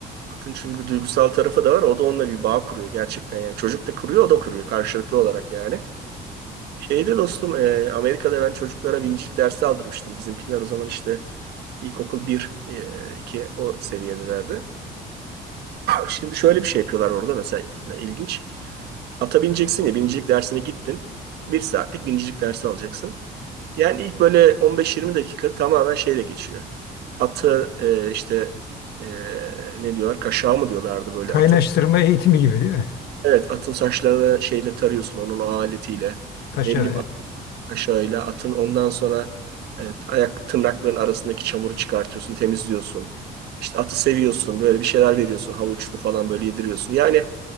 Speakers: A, on the right (about 75°); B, on the left (about 75°).
A: Atın çünkü bir duygusal tarafı da var. O da onunla bir bağ kuruyor gerçekten yani. Çocuk da kuruyor, o da kuruyor karşılıklı olarak yani. Şeyde dostum e, Amerika'da ben çocuklara binicilik dersi aldırmıştım. Bizimkiler o zaman işte ilkokul 1, 2 o seviyedelerdi. Şimdi şöyle bir şey yapıyorlar orada mesela ilginç. Ata bineceksin ya binicilik dersine gittin. Bir saatlik binicilik dersi alacaksın. Yani ilk böyle 15-20 dakika tamamen şeyle geçiyor. Atı e, işte e, ne diyorlar? Kaşağı mı diyorlardı böyle
B: Kaynaştırma
A: atı?
B: eğitimi gibi değil mi?
A: Evet atın saçlarını şeyle tarıyorsun onun o aletiyle.
B: Kaşa
A: Ne bileyim at Şöyle atın ondan sonra evet, ayak tırnakların arasındaki çamuru çıkartıyorsun, temizliyorsun. İşte atı seviyorsun, böyle bir şeyler veriyorsun, havuçlu falan böyle yediriyorsun. Yani